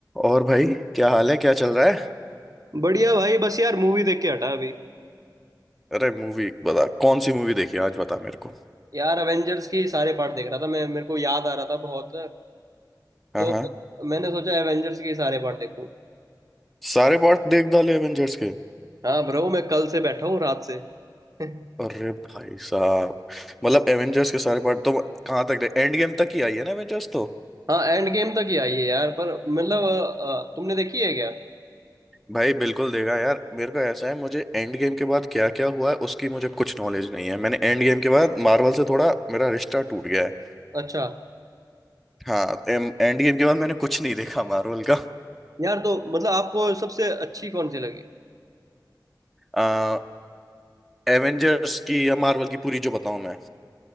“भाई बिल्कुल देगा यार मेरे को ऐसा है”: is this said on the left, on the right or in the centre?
Centre